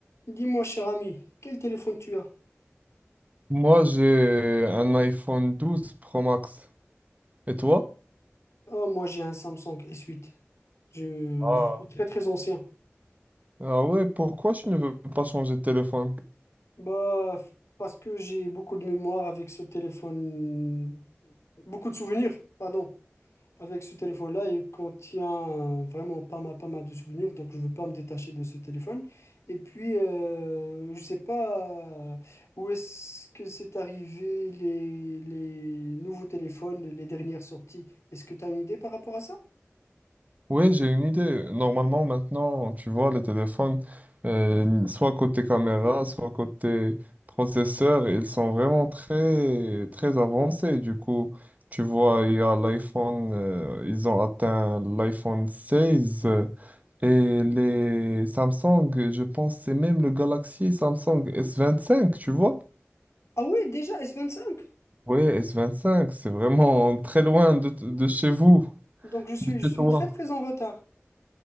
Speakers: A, on the left (about 75°); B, on the right (about 35°).
A: Dis-moi, cher ami, quel téléphone tu as?
B: Moi, j'ai un iPhone 12 Pro Max. Et toi?
A: Ah, moi, j'ai un Samsung S8. Je,
B: Ah.
A: je suis très, très ancien.
B: Ah ouais, pourquoi tu ne veux pas changer de téléphone?
A: Bah, f- parce que j'ai beaucoup de mémoire avec ce téléphone, beaucoup de souvenirs, pardon, avec ce téléphone-là. Il contient vraiment pas mal, pas mal de souvenirs, donc je veux pas me détacher de ce téléphone. Et puis, euh, je sais pas où est-ce que c'est arrivé les, les nouveaux téléphones, les dernières sorties. Est-ce que tu as une idée par rapport à ça?
B: Oui, j'ai une idée. Normalement, maintenant, tu vois, les téléphones, euh, soit côté caméra, soit côté processeur, ils sont vraiment très, très avancés. Du coup, tu vois, il y a l'iPhone, euh, ils ont atteint l'iPhone 16 euh, et les Samsung, je pense, c'est même le Galaxy Samsung S25, tu vois?
A: Ah ouais, déjà s vingt cinq.
B: Ouais, S25, c'est vraiment très loin de, t- de chez vous.
A: Donc je suis,
B: De
A: je
B: chez
A: suis
B: toi.
A: très très en retard.